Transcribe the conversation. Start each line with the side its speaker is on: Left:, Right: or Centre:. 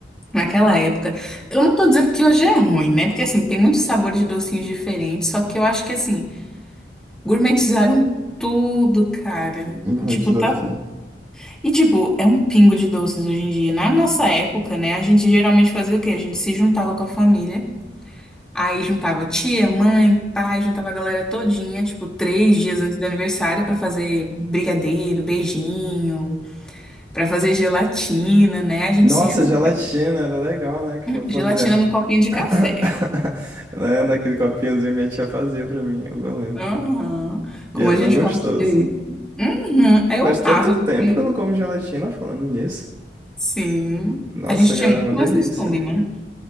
Centre: naquela época. Eu não tô dizendo que hoje é ruim, né? Porque assim, tem muitos sabores de docinhos diferentes, só que eu acho que assim, Gourmetizaram tudo, cara.
Right: Uhum,
Centre: E, Tipo,
Right: tesouro
Centre: tá...
Right: tudo.
Centre: E, tipo, é um pingo de doces hoje em dia. Na nossa época, né, a gente geralmente fazia o quê? A gente se juntava com a família. Aí juntava tia, mãe, pai, juntava a galera todinha, tipo, três dias antes do aniversário pra fazer brigadeiro, beijinho, pra fazer gelatina, né? A gente
Right: Nossa,
Centre: se junta.
Right: gelatina, era legal, né? Que foi fazer.
Centre: Gelatina no copinho de café.
Right: <laughs> Né, Naquele copinhozinho minha tia fazia pra mim, eu lembro.
Centre: Aham.
Right: E
Centre: Como
Right: era
Centre: a gente
Right: tão gostoso.
Centre: fazia isso. Uhum. Eu
Right: Faz tanto
Centre: amava. assim.
Right: tempo que eu não como gelatina falando nisso.
Centre: Sim.
Right: Nossa,
Centre: A gente tinha
Right: cara,
Centre: muito
Right: é uma
Centre: mais
Right: delícia.
Centre: costume, né?